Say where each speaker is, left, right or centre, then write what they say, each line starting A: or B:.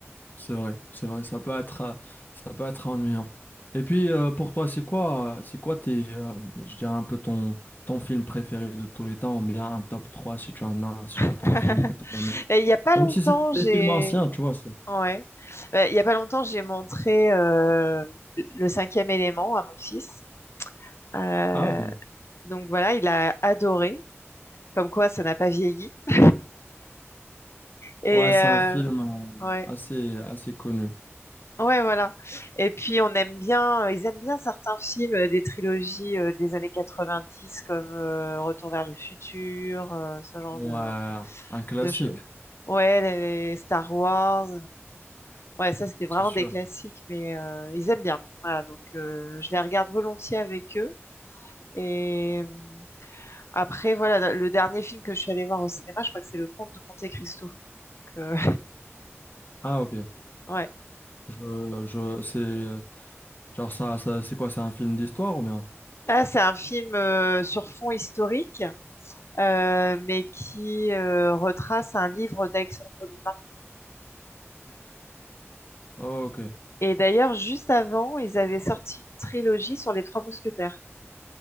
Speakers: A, on the left (about 40°); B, on the left (about 65°).
A: C'est vrai, c'est vrai, ça peut être, euh, ça peut être ennuyant. Et puis euh, pour toi, c'est quoi, euh, c'est quoi tes, euh, je dirais un peu ton, ton film préféré de tous les temps, ou bien un top 3 si tu en as, si
B: <laughs>
A: tu as trois films que tu as aimés.
B: Et il n'y a pas
A: Même
B: longtemps,
A: si c'est
B: j'ai
A: des films anciens, tu vois. c'est-
B: Ouais. Euh, il y a pas longtemps, j'ai montré euh, le cinquième élément à mon fils. Euh,
A: Ah ok.
B: donc voilà, il a adoré. Comme quoi, ça n'a pas vieilli. <laughs> Et
A: Ouais, c'est
B: euh,
A: un film euh,
B: ouais.
A: assez, assez connu.
B: Ouais, voilà. Et puis on aime bien, euh, ils aiment bien certains films euh, des trilogies euh, des années 90, comme euh, Retour vers le futur, euh, ce genre
A: Ouais,
B: de,
A: un classique,
B: de choses. Ouais, les, les Star Wars. Ouais, ça, c'était vraiment
A: c'est sûr.
B: des classiques, mais euh, ils aiment bien. Voilà, donc euh, je les regarde volontiers avec eux. Et euh, après, voilà, le dernier film que je suis allée voir au cinéma, je crois que c'est Le Comte de Monte-Cristo. Donc, euh,
A: Ah ok.
B: <laughs> ouais.
A: Je, je, c'est, euh, genre ça, ça, c'est quoi, c'est un film d'histoire ou bien?
B: Là, c'est un film euh, sur fond historique, euh, mais qui euh, retrace un livre d'Alexandre Dumas.
A: Ok.
B: Et d'ailleurs, juste avant, ils avaient sorti une trilogie sur les Trois Mousquetaires,